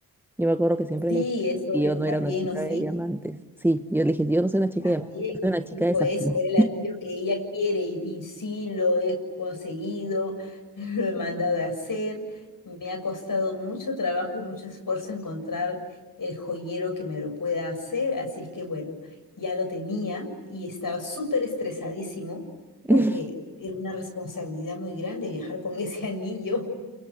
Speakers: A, in the centre; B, on the left.
A: Yo me acuerdo que siempre
B: Sí,
A: le decía
B: eso
A: que
B: es-
A: yo no
B: también
A: era una chica
B: nos
A: de
B: dijo.
A: diamantes. Sí, yo le dije, yo no soy una chica
B: También
A: de diamantes, yo soy una
B: nos
A: chica
B: dijo
A: de zafiro.
B: eso, era el anillo que ella quiere y, y sí lo he conseguido, <laughs> lo he mandado a hacer. Me ha costado mucho trabajo y mucho esfuerzo encontrar el joyero que me lo pueda hacer, así es que bueno, ya lo tenía y estaba súper estresadísimo
A: <laughs>
B: porque era una responsabilidad muy grande viajar con ese <laughs> anillo